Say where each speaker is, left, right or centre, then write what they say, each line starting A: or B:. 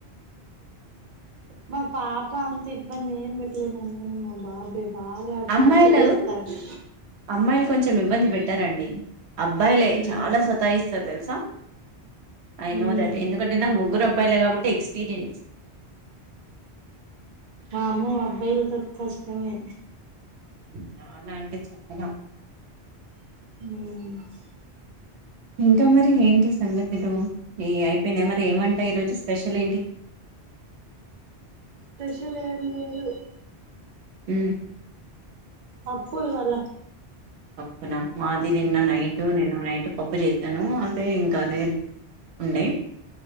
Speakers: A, on the right (about 45°); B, on the right (about 80°).
A: మా పాప అం ఇబ్బంది ఏం బట్లే నన్ను <unintelligible> టార్చర్
B: అమ్మాయిలు
A: చేస్తాండు
B: అమ్మాయిలు కొంచెం
A: హ్మ్
B: ఇబ్బంది పెట్టారంండి అబ్బాయిలే
A: హ్మ్
B: చాల సత్తాస్తారు తెలుసా ఐన
A: హ్మ్
B: దట్ ఎందుకంటే నా ముగ్గురు అబ్బా అబ్బయిలే కాబట్టి ఎక్స్పీరియన్స్
A: వామ్మో అబ్బాయిలు త కష్టమే
B: చాలా అంటే చానా
A: ఆ
B: ఇంకా మరి ఏంటి సంగతులు ఈ అయిపోయినా మరి ఏమంటాయి ఈ రోజు స్పెషల్ ఏంటి
A: స్పెషల్ ఏం లేదు
B: ఈ
A: పప్పు వాళ్ళ
B: పప్పునా మాది నిన్న నైటూ నీను నైటూ పప్పు చేసాను అదే ఇంకా అదే ఉండే